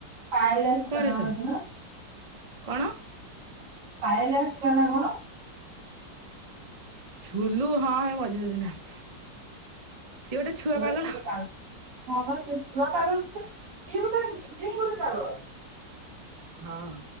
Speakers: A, on the right; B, on the right.
A: ପାୟଲ ଆସିଥିଲା
B: କରେଛଉ।
A: ନା ସେଦିନ
B: କଣ।
A: ପାାୟ ଯସ୍ତ୍ର କଣ।
B: ଝୁଲୁ ହଁ ଏ ମଝିରେ ଦିନେ ଆସିଥିଲା। ସିଏ ଗୋଟେ ଛୁଆ
A: କୁଆଡେ
B: ପାଗଳ
A: ଗୋଟେ ପାଗ ହଁ ସେ ଝିଅ କାଗ ଗୋଟେ ନିଜେ ଗୋଟେ କାଗ
B: ହଁ